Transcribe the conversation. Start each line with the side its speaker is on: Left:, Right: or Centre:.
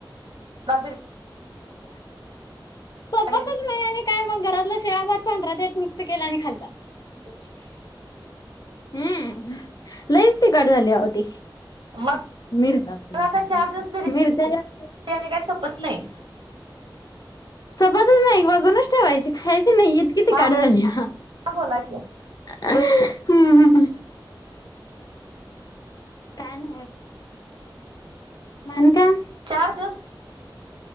Right: <unintelligible> बिर्याणी
Left: पतच नाही आणि काय मग घरातलं शेळा भात पांढरा ते मिक्स केलं आणि खाल
Right: ब <inaudible>
Left: हम्म लईच तिखट झाली अहो ती.
Right: मग
Left: मिरजन
Right: आता चार दिवस
Left: मिरज जात.
Right: बिर्याणी काय संपत नाही.
Left: सबतच नाही बघूनच ठेवायचे खायचे नाही इतकी तिखट
Right: हा
Left: झाली.
Right: बोला की
Left: अ हम्म हम काय नाही होतं. अन काय?
Right: चार दिवस